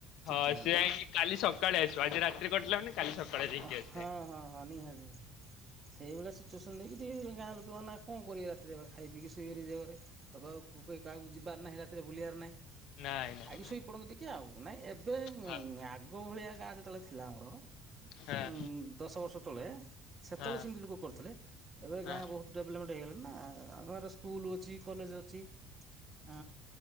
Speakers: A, on the right (about 25°); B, on the left (about 60°).
A: ଠିକ୍
B: ହଁ
A: ଠିକଣା
B: ସି
A: ନାହିଁ।
B: ଯାଇକି କାଲି ସକାଳେ ଆସିବ, ଆଜି ରାତିରେ କଟିଲା ମାନେ କାଲି ସକାଳେ ଯାଇକି
A: ହଁ
B: ଆସିବେ।
A: ହଁ ହଁ ନିହାତି। ସେଇଭଳିଆ ସିଚୁଏସନ୍ ଦେଇକି ଟିକେ ଗାଁ ଲୋକମାନେ କଣ କରିବେ ରାତିରେ ଖାଇ ପିଇକି କଣ କରିବେ ଶୋଇବେ ନିଜ ଘରେ। ତକୁ କେ କାହାକୁ ଯିବାର ନାହିଁ ରାତିରେ, ବୁଲିବାର ନାହିଁ।
B: ନାଇଁ ନାଇଁ
A: ଖାଇକି ଶୋଇ ପଡନ୍ତି ଟିକେ ଆଉ। ନାଇଁ ଏବେ
B: ହଁ
A: ଆଗ ଭଳିଆ ଯେତେବେଳେ ଥିଲା ଆମର।
B: ହଁ
A: ଉଁ ଦଶ ବର୍ଷ ତଳେ, ସେତେବେଳେ
B: ହଁ
A: ସେମିତି ଲୋକ କରୁଥିଲେ। ଏବେ
B: ହଁ।
A: ଗାଁ ବହୁତ ଡେଭଲମେଣ୍ଟ ହେଇଗଲା ନା ଆ ସ୍କୁଲ ଅଛି, କଲେଜ ଅଛି। ଆ